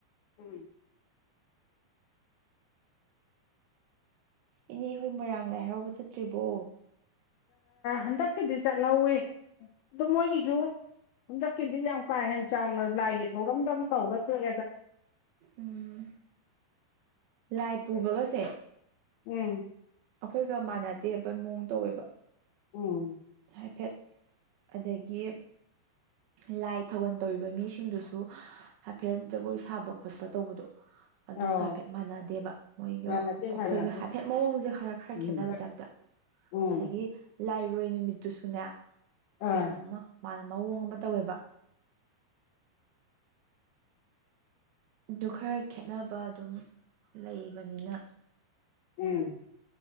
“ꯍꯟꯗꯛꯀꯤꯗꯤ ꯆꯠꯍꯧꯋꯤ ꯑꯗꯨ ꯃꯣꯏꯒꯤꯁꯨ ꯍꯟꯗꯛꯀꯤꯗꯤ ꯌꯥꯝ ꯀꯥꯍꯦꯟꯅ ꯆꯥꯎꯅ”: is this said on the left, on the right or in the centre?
Left